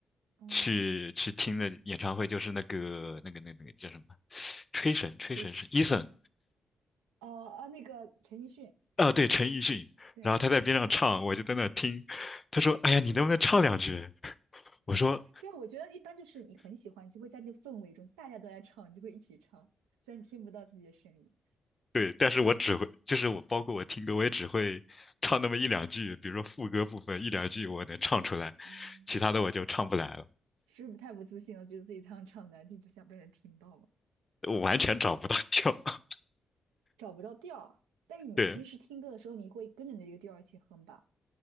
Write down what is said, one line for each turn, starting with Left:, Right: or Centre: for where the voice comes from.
Right: 啊、
Left: 去去听的演唱会，就是那个那个那个那个叫什么，吹神吹神是
Right: 可以，
Left: Eason
Right: 哦啊，那个陈奕迅，
Left: 啊，对，陈奕迅，
Right: 对
Left: 然后他在边上唱，我就在那听，他说哎呀你能不能唱两句？我说
Right: 对，我觉得一般就是你很喜欢，你就会在那个氛围中，大家都在唱，你就会一起唱，虽然你听不到自己的声音，
Left: 对，但是我只会，就是我包括我听歌，我也只会 <laughs> 唱那么一两句，比如说副歌部分一两句我能唱出来，
Right: 嗯，
Left: 其他的我就唱不来了，
Right: 是不是太不自信了？觉得自己唱唱难听，不想被人听到吗？
Left: 我完全找不到调。<laughs>
Right: 找不到调儿但是你平时听歌的时候，
Left: 对，
Right: 你会跟着那个调儿一起哼吧？